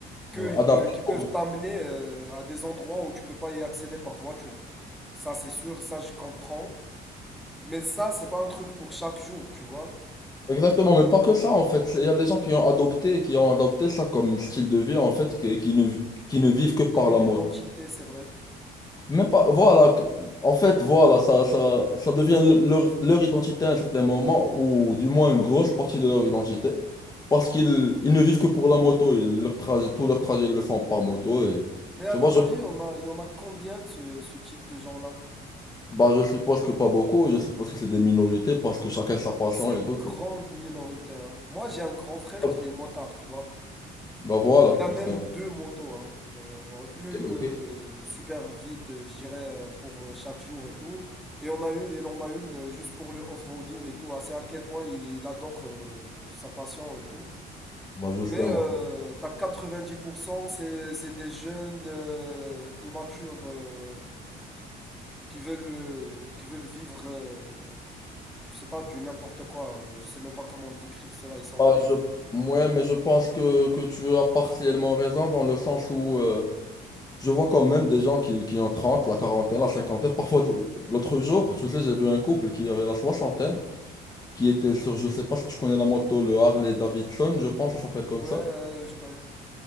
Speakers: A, in the centre; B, on the left.
A: que,
B: Ouais,
A: ils
B: Adapté.
A: pe- qui peuvent
B: pour-
A: t'amener euh, à des endroits où tu peux pas y accéder par voiture. Ça, c'est sûr, ça, je comprends. Mais ça, c'est pas un truc pour chaque jour, tu vois.
B: Exactement, mais pas que ça, en fait. Il y a des gens qui ont adopté, qui ont adopté ça comme style de vie, en fait, qui, qui ne, qui ne vivent que par
A: Comme une
B: la moto.
A: identité, c'est vrai.
B: Même pas, voilà, que- en fait, voilà, ça, ça, ça devient le- leur, leur identité à un certain moment, ou du moins une grosse partie de leur identité, parce qu'ils ils ne vivent que pour la moto, et leur trajet, tout leur trajet, ils le font par moto, et
A: Mais à
B: tu
A: ton
B: vois, je,
A: avis, on a, il y en a combien de ce, ce type de gens-là?
B: bah, je suppose que pas beaucoup, je suppose que c'est des minorités, parce que chacun sa passion
A: C'est une
B: et tout,
A: grande
B: tu vois.
A: minorité, hein. Moi, j'ai un grand frère
B: Hop.
A: qui est motard, tu vois.
B: Bah voilà,
A: Il a
B: justement.
A: même deux motos, hein. Euh, une
B: Ok, ok.
A: euh, super vite, euh, je dirais, euh, pour euh, chaque jour et tout. Et on a eu, et on a une euh, juste pour le off-roading et tout. hein. C'est à quel point il, il adore euh, sa passion et tout.
B: Bah justement.
A: Mais euh, t'as 90%, c'est, c'est des jeunes euh, immatures euh, qui veulent, euh, qui veulent vivre, euh, je sais pas, du n'importe quoi. euh, Je sais même pas comment décrire cela. Ils sont...
B: Bah, je... Ouais, mais je pense que, que tu as partiellement raison dans le sens où euh, Je vois quand même des gens qui, qui ont 30 la quarantaine, la cinquantaine. Parfois, des- l'autre jour, tu sais, j'ai vu un couple qui avait la soixantaine, qui était sur, je sais pas si tu connais la moto, le Harley Davidson, je pense, ça s'appelle comme
A: Ouais,
B: ça.
A: euh, je connais.